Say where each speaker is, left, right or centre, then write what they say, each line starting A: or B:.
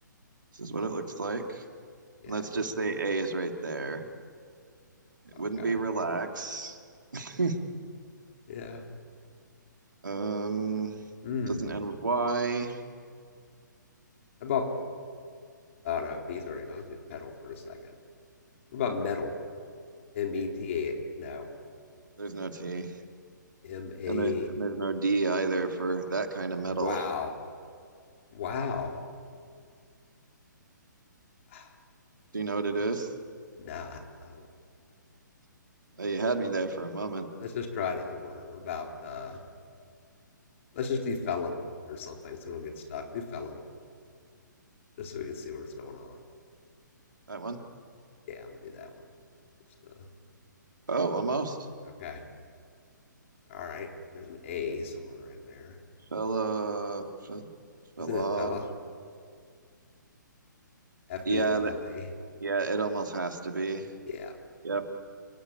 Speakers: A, on the right (about 75°); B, on the left (about 40°).
A: This is what it looks like.
B: yeah.
A: And Let's just
B: There's a,
A: say A is right there. It
B: okay.
A: wouldn't be relax. <laughs>
B: Yeah.
A: um,
B: Hmm.
A: doesn't end with Y.
B: How about, oh no, P's already gone. Let's do pedal for a second. What about metal? M E T A. No.
A: There's no T,
B: M A.
A: and there, there's no D either for that kind of
B: Wow.
A: metal.
B: Wow. Ah,
A: Do you know what it is?
B: Nah, I don't.
A: <laughs> you had me there for a moment.
B: Let's just try another word. What about uh let's just do felon or something so we don't get stuck. Do felon just so we can see what's going on.
A: That one.
B: Yeah, I'm gonna do that one. Just uh
A: Oh, almost.
B: okay. All right. There's an A somewhere in there.
A: Fella, f- fella.
B: Isn't it fella? F
A: Yeah,
B: E L
A: that,
B: L A.
A: yeah, it almost has to be.
B: Yeah.
A: Yep.